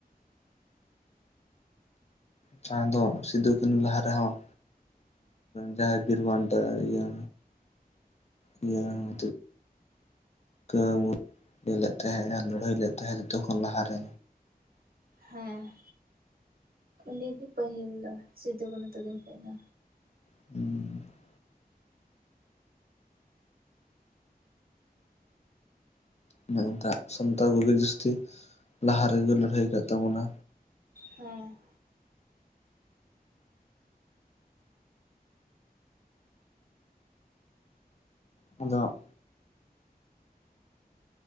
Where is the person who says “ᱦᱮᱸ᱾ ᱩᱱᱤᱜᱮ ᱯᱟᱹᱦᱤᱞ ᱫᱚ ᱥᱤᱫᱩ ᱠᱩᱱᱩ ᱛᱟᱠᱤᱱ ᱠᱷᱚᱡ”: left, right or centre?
Right